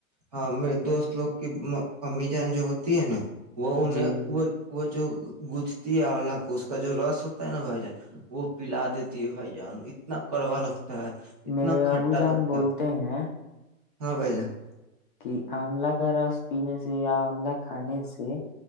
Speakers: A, on the right (about 30°); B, on the left (about 40°).
A: ہاں میرے دوست لوگ کی امی جان جو ہوتی ہے نا وہ انیں
B: جی بھائی جان۔
A: وہ وہ جو <unintelligible> گجھتی ہے اولہ کو اس کا جو رس ہوتا ہے نا بھائی جان وہ پلا دیتی ہے بھائی جان اتنا کڑوا لگتا ہے اتنا
B: میرے
A: کھٹا
B: ابو جان
A: لگتا
B: بولتے
A: ہے
B: ہیں
A: ہاں بھ جا <unintelligible>
B: کہ آملہ کا رس پینے سے یا آملہ کھانے سے